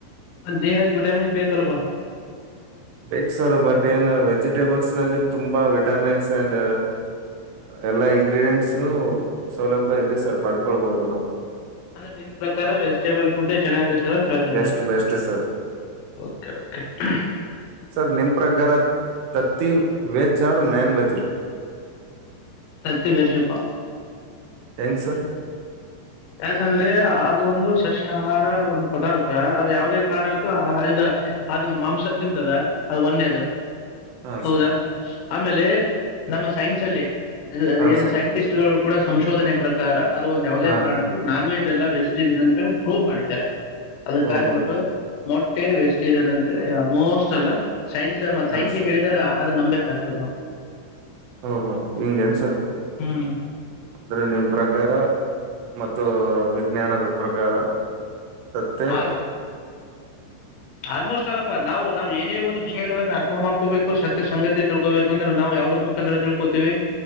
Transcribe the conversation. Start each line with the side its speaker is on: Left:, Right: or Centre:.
Left: ದೇಹಕ್ಕೆ ವಿಟಮಿನ್ ಬೇಕಲಪಾ
Right: ಬೇಕ್ ಸರ್ ಬಟ್ ಏನು ವೆಜಿಟೇಬಲ್ಸ್ ನಲ್ಲಿ ತುಂಬಾ ವಿಟಮಿನ್ಸ್ ಅಂಡ್ ಎಲ್ಲಾ ಇಂಗ್ರಿಡಿಯಂಟ್ಸು ಸೌಲಭ್ಯ ಇದೆ ಸರ್ ಬರ್ಕೊಬಹುದು ನಾವು
Left: ಅಂದ್ರೆ ನಿನ್ ಪ್ರಕಾರ ವೆಜಿಟೇಬಲ್ ಪುಡ್ ಚೆನ್ನಾಗಿರುತ್ತೆ ಅಂತ ಹೇಳ್ತಾ
Right: ಬೆಸ್ಟ್
Left: ಇದಿಯಾ
Right: ಬೆಸ್ಟ್ ಸರ್
Left: ಓಕೆ ಓಕೆ ಹೂ
Right: ಸರ್ ನಿಮ್ ಪ್ರಕಾರ ತತ್ತಿ ವೆಜ್ ಆರ್ ನಾನ್ ವೆಜ್ ಇರೋ
Left: ತತ್ತಿ ಬೆಸ್ಟ್ ಪ
Right: ಹೆಂಗ್ ಸರ್
Left: ಯಾಕಂದ್ರೆ ಅದು ಒಂದು ಸಸ್ಯಾಹಾರ ಒಂದು ಪದಾರ್ಥ ಅದು ಯಾವುದೇ ಕಾರಣಕ್ಕೂ ಆ ಇದ್ ಅದನ್ ಮಾಂಸ ತಿಂತದ ಅ ಒನ್ನೇದು
Right: ಹಾ
Left: ಹೌದಾ ಆಮೇಲೆ ನಮ್ಮ ಸೈನ್ಸ್ ಅಲ್ಲಿ
Right: ಹಾ
Left: ಏನು
Right: ಸರ್
Left: ಸೈಂಟಿಸ್ಟ್ ಗಳು ಕೂಡ ಸಂಶೋಧನೆ ಪ್ರಕಾರ ಅದು ಒಂದ್ ಯಾವುದೇ
Right: ಹಾ
Left: ಕಾರಣಕ್ಕೂ ನಾನ್ ವೆಜ್ ಅಲ್ಲ ವೆಜಿಟೇರಿಯನ್ ಅಂತ ಪ್ರೂವ್ ಮಾಡಿದ್ದಾರೆ ಅದಕ್ಕ
Right: ಹ್ಮ್
Left: ಆಗಿಬಿಟ್ಟು
Right: ಹ್ಮ್
Left: ಮೊಟ್ಟೆ ವೆಜಿಟೇರಿಯನ್ ಅಂತ ಆಲ್ಮೋಸ್ಟ್ ಅಲ್ಲ ಸೈನ್ಸ್ ಮತ್ತ ಸೈನ್ಸಗೆ
Right: ಹಾ
Left: ಹೇಳಿದಾಗ ಆಗ ನಂಬ್ಬೇಕ್ ಆಗ್ತದೆ ನಾವು
Right: ಹಾ ಹಾ ಹಿಂಗೆನ್ ಸರ್
Left: ಹ್ಮ್
Right: ಆದ್ರೆ ನಿಮ್ ಪ್ರಕಾರ ಮತ್ತು ವಿಜ್ಞಾನದ ಪ್ರಕಾರ ತತ್ತೆ
Left: ಆಲ್ ಆಲ್ಮೋಸ್ಟ್ ಅಲ್ಲಪಾ ನಾವು ನಾವ್ ಏನೇ ಒಂದು ವಿಷಯಗಳನ್ನ ಅರ್ಥ ಮಾಡ್ಕೋಬೇಕು ಸತ್ಯ ಸಂಗಾತಿ ತಿಳ್ಕೊಬೇಕಂದ್ರೆ ನಾವು ಯಾವುದ್ರೂ ಮುಖಾಂತರ ತಿಳ್ಕೊತೀವಿ